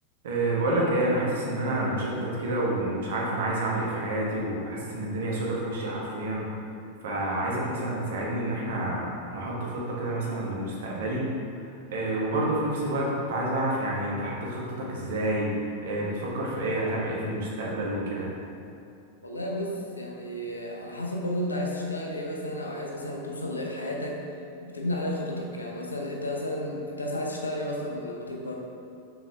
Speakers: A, on the right (about 55°); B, on the left (about 75°).
A: أه بقول لك ايه انا حاسس ان انا مشتت كده ومش عارف انا عايز اعمل ايه في حياتي وحاسس ان الدنيا سودة في وشي حرفيا فعايزك مثلا تساعدني ان احنا نحط خطة كده مثلا لمستقبلي أه وبرضه في نفس الوقت كنت عايز اعرف يعني انت حطيت خطتك ازاي أه بتفكر في ايه هتعمل ايه في المستقبل وكده
B: والله بص يعني على حسب برضو انت عايز تشتغل ايه مثلا او عايز مثلا توصل لايه في حياتك بتبني عليه خططك يعني مثلا انت مثلا انت مثلا عايز تشتغل ايه اصلا لما تكبر